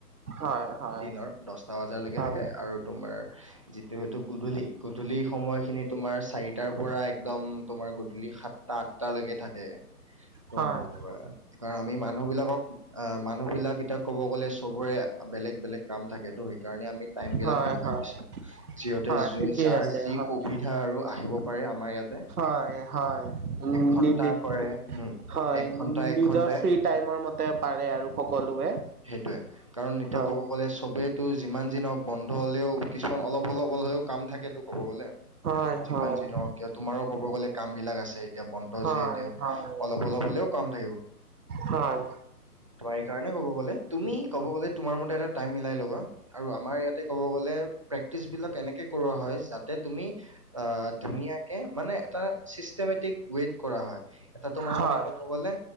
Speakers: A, on the right; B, on the right.
A: হয় হয়।
B: দিনৰ দচটা বজালৈকে
A: হয়
B: থাকে আৰু তোমাৰ যিটো সেইটো গধূলি - গধূলি সময়ত খিনি তোমাৰ চাৰিটাৰ পৰা একদম তোমাৰ গধূলি সাতটা - আঠটা লৈকে থাকে। ক
A: হয়
B: আৰু তোমাৰ কাৰণ আমি মানুহবিলাকক আহ মানুহবিলাক এতিয়া ক'ব গ'লে সবৰে বেলেগ - বেলেগ কাম থাকে ত সেইকাৰণে আমি টাইমবিলাক
A: হয়
B: ভগাই
A: হয়
B: দিছো, যিহঁতে
A: হয়
B: যুৰ
A: ঠিকেই
B: যাৰ
A: আছে
B: সুখ
A: হয়
B: আ আৰু আহিব পাৰে আমাৰ ইয়াত।
A: হয় হয়, উম
B: ঘন্টা
A: নিবি নিবি
B: কৰে উম
A: হয়,
B: এক ঘন্টা এক
A: নিজৰ
B: ঘন্টাই
A: ফ্ৰী টাইমৰ মত তে পাৰে আৰু সকলোৱে।
B: সেইটোয়ে কাৰণ এতিয়া
A: হয়
B: ক'ব ক'লে চবেতো যিমান দিনক বন্ধ হ'লেও কিছুমান অলপ হলপ অল হলেও কাম থাকেটো ক'ব গ'লে।
A: হয়
B: যিমান
A: হয়
B: যি নহওক কিয় তোমাৰো ক'ব গ'লে কামবিলাক আছে। এতিয়া বন্তৰ
A: হয়
B: যিহেতু
A: হয়
B: অলপ - অলপ হলেও কাম থাকিব।
A: হয়
B: ত সেই কাৰণে ক'ব গ'লে, তুমি ক'ব গ'লে তোমাৰ মতে এটা টাইম মিলাই ল'বা। আৰু আমাৰ ইয়াতে ক'ব গলে প্ৰেক্টিচবিলাক এনেকে কৰোৱা হয় যাতে তুমি অ ধুনীয়াকে মানে এটা চিষ্টেমেটিক ৱেইট কৰা হয়। এটা তোমাৰ
A: হয়
B: মানে ক'ব গ'লে